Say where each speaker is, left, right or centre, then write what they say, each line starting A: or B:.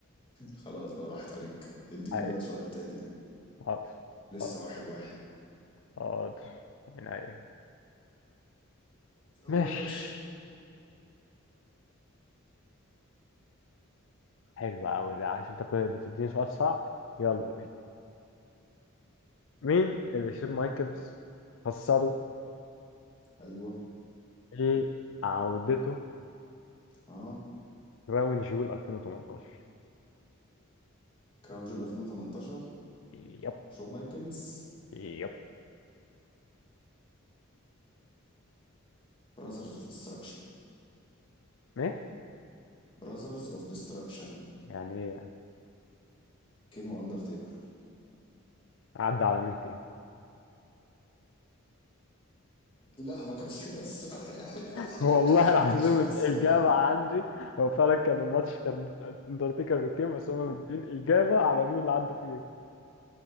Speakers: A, on the left; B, on the left.
A: خلاص بقى راحت عليك اديني
B: اي
A: بقى سؤال تاني
B: حاضر
A: لسه
B: حاضر
A: واحد واحد
B: حاضر يعني اي
A: الله
B: ماشي
A: يا باشا
B: حلو قوي بقى عشان انت بتديني سؤال صعب يلا بينا مين اللي شون مايكلز خسره
A: ايوه
B: ايه عودته
A: اه
B: راون جول 2018
A: كراون جول 2018
B: يب
A: شون مايكلز
B: يب
A: براذرز اوف ديستركشن
B: ايه
A: براذرز اوف ديستركشن
B: يعني ايه
A: كين واندرتيكر
B: عدى على مين فيهم
A: لا ما كانش ده السؤال
B: <laughs>
A: <laughs>
B: والله العظيم
A: ما كانش ده
B: الإجابة
A: السؤال
B: عندي هو فعلا كان الماتش كان اندرتيكر بكام بس هما مدين إجابة على مين اللي عدى فيهم